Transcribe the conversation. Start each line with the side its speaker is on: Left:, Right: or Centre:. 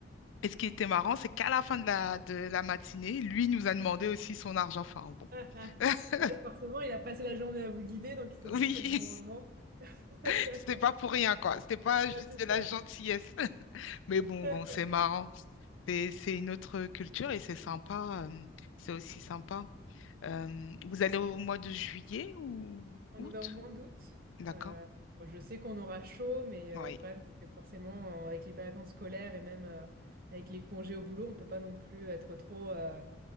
Left: Et ce qui était marrant, c'est qu'à la fin de la, de la matinée, lui nous a demandé aussi son argent. Enfin, bon.
Right: <laughs>
Left: <laughs>
Right: Bah oui, forcément, il a passé la journée à vous guider, donc il s'est
Left: Oui,
Right: dit, c'est le bon moment. <laughs>
Left: <laughs> c'était pas pour rien, quoi. C'était pas juste
Right: Ouais, c'est
Left: de la
Right: ça.
Left: gentillesse. <laughs> Mais bon,
Right: <laughs>
Left: bon, c'est marrant. C'est, c'est une autre culture et c'est sympa. euh, c'est aussi sympa. Euh, vous allez au mois de juillet ou
Right: On
Left: août?
Right: y va au mois d'août.
Left: D'accord.
Right: Euh, bon, je sais qu'on aura chaud, mais
Left: Oui,
Right: euh, le problème, c'est que forcément, euh, avec les vacances scolaires et même euh, avec les congés au boulot, on peut pas non plus être trop euh,